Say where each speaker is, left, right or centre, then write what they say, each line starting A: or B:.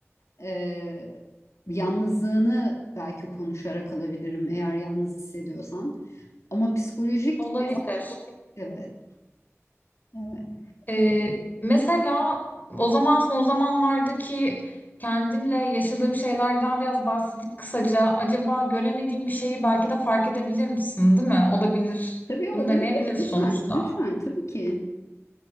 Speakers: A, on the left; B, on the left.
A: Ee, yalnızlığını belki konuşarak alabilirim eğer yalnız hissediyorsan. Ama psikolojik
B: Olabilir.
A: des- evet, evet.
B: Ee, mesela o zaman son zamanlardaki kendimle yaşadığım şeylerden biraz bahsedip kısaca acaba göremediğim bir şeyi belki de fark edebilir misin, değil mi? Olabilir.
A: Tabii
B: Bunu
A: olabilir.
B: deneyebiliriz
A: Lütfen,
B: sonuçta.
A: lütfen tabii ki.